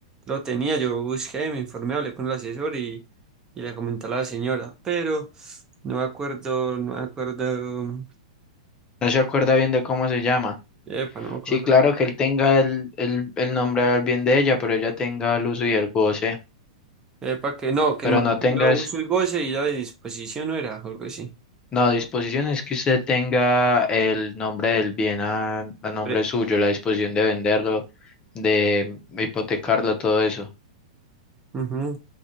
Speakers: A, on the right; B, on the left.
A: lo tenía, yo busqué, me informé, hablé con el asesor y, y le comenté a la señora, pero no me acuerdo, no me acuerdo.
B: No se acuerda bien de cómo se llama.
A: Epa, no me acuerdo.
B: Sí, claro que él tenga el, el, el nombre al bien de ella, pero ella tenga el uso y el goce.
A: Epa, que no, que
B: Pero
A: el man
B: no tengas,
A: tenga uso y goce y ya de disposición no era, o algo así.
B: no, disposición es que usted tenga el nombre del bien a, a nombre
A: Pre-
B: suyo, la disposición de venderlo, de hipotecarlo, todo eso.
A: Ujú.